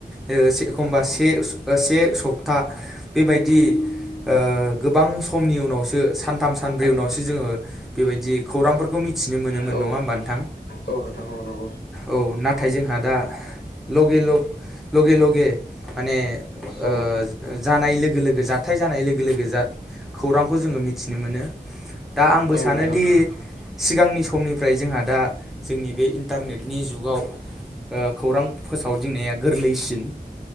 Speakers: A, in the centre; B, on the left.
A: ओ से एखमबा से सो ओ से सप्ता बेबायदि ओ गोबां समनि उनावसो सानथाम सानब्रै उनावसो जोङो बेबायदि खौरांफोरखौ मिथिनो मोनोमोन
B: औ
A: नङा होमबा नोंथां?
B: औ नोंथां औ नंगौ
A: औ नाथाय जोंहा दा लगे लग लगे लगे माने
B: औ
A: ओ जानाय लोगो लोगो जाथाय जानाय लोगो लोगो जा खौरांखौ जोङो मिथिनो मोनो। दा आंबो
B: औ
A: सानोदि
B: नोंथां
A: सिगांनि समनिफ्राय जोंहा दा जोंनि बे इन्टारनेट नि जुगाव ओ खौरां फोसावदिंनाया गोरलैसिन।